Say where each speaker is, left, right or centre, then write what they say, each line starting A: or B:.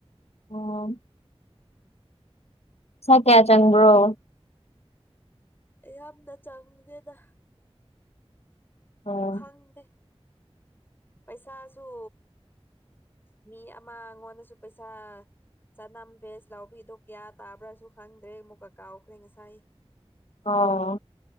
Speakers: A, on the left; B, on the left.
A: ꯑꯣ ꯄꯩꯁ ꯀꯌꯥ ꯆꯡꯕꯔꯣ
B: ꯌꯥꯝꯅ ꯆꯪꯗꯦꯅ
A: ꯎꯝ
B: ꯈꯪꯗꯦ ꯄꯩꯁꯥꯁꯨ ꯃꯤ ꯑꯃꯉꯣꯟꯗꯁꯨ ꯄꯩꯁꯥ ꯆꯅꯝ ꯚꯦꯁ ꯂꯥꯎꯕꯤꯗꯣ ꯀꯌꯥ ꯇꯥꯕ꯭ꯔꯥꯁꯨ ꯈꯪꯗ꯭ꯔꯦ ꯑꯃꯨꯛꯀ ꯀꯥꯎꯈ꯭ꯔꯦ ꯉꯁꯥꯏ
A: ꯑꯣ